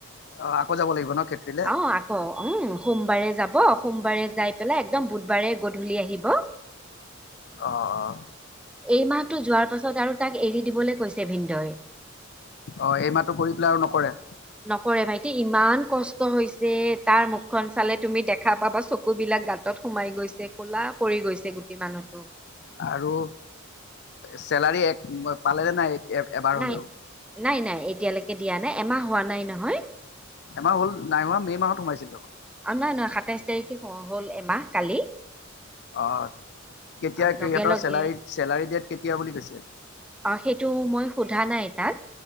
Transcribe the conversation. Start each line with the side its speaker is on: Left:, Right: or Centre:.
Left: অ', আকৌ যাব লাগিব ন ক্ষেত্ৰীলে।
Centre: অ আকৌ উম, সোমবাৰে যাব সোমবাৰে যাই পেলাই একদম বুধবাৰে গধূলি আহিব।
Left: অ', অ'।
Centre: এই মাহটো যোৱাৰ পাছত আৰু তাক এৰি দিবলৈ কৈছে ভিন্দই।
Left: অ', এই মাহটো কৰি পেলাই আৰু নকৰে?
Centre: নকৰে ভাইটি ইমান কষ্ট হৈছে তাৰ মুখখন চালে তুমি দেখা পাবা চকু বিলাক গাত গাতত সোমাই গৈছে ক'লা পৰি গৈছে গোটেই মানুহটো।
Left: আৰু চেলাৰী এক পালে নাই এবাৰ
Centre: নাই
Left: হ'লেও?
Centre: নাই নাই এতিয়ালৈকে দিয়া নাই এমাহ হোৱা নাই নহয়।
Left: এমাহ হ'ল নাই হোৱা মে' মাহত সোমাইছিলো?
Centre: আৰু নহয় নহয় সাতাইছ তাৰিখে হ'ল এমাহ কালি।
Left: অ', কেতিয়া
Centre: অ
Left: সিহঁতৰ
Centre: লগে লগে
Left: চেলাৰী চেলাৰী ডেট কেতিয়া বুলি কৈছে?
Centre: অ', সেইটো মই সোধা নাই তাক।